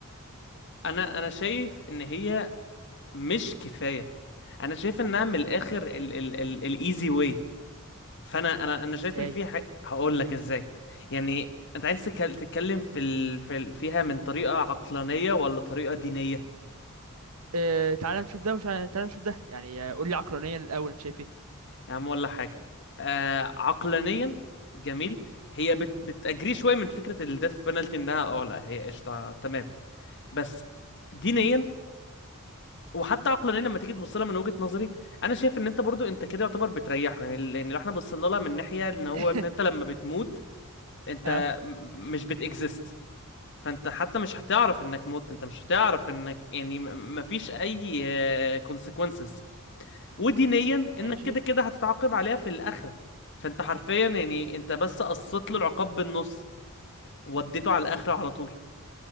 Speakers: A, on the left; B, on the right.
A: انا انا شايف ان هي مش كفايه انا شايف انها من الاخر ال ال ال الايزي واي فانا انا انا
B: ازاي
A: شايف اللي فيها ح... هقول لك ازاي يعني انت عايز تك- تتكلم في ال في ال فيها من طريقه عقلانيه ولا طريقه دينيه
B: اه تعال نشوف ده وش... تعال نشوف ده يعني آه، قول لي عقلانيا الاول انت شايف ايه
A: يا عم ولا حاجه آه عقلانيا جميل هي بت بتأجري شويه من فكره الديث بنالتي انها اه لا هي قشطه تمام بس دينيا وحتى عقلانيا لما تيجي تبص لها من وجهة نظري انا شايف ان انت برضو انت كده يعتبر بتريحه يعني لان لو احنا بصينا لها من ناحية ان هو
B: <laughs>
A: ان انت لما بتموت انت
B: اه
A: م- مش بتكزيست فانت حتى مش هتعرف انك موت انت مش هتعرف انك يعني م- مفيش اي كونسيكونسز ودينيا
B: ماشي
A: انك كده كده هتتعاقب عليها في الاخرة فانت حرفيا يعني انت بس قصيت له العقاب بالنص وديته على الاخرة على طول